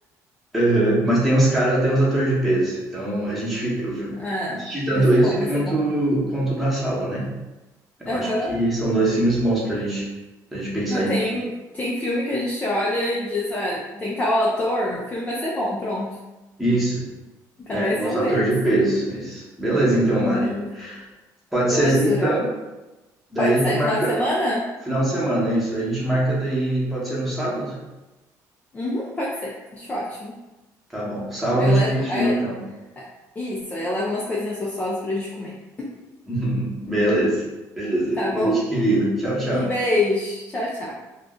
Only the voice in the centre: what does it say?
Aham. Mas tem uns caras, tem uns atores de peso, então a gente fica
assistir tanto
esse
quanto
quanto o da sala, né? Eu
acho que são dois filmes bons pra gente, pra gente pensar
Isso.
É,
nos
atores
de peso. Isso. Beleza, então,
Mari. Pode
ser assim, então. Daí
a
gente marca
final de semana, isso. A gente marca daí, pode ser no sábado?
Tá bom. Sábado
de
noitinha,
então.
<laughs> Beleza. Beleza.
Beijo,
querida. Tchau, tchau.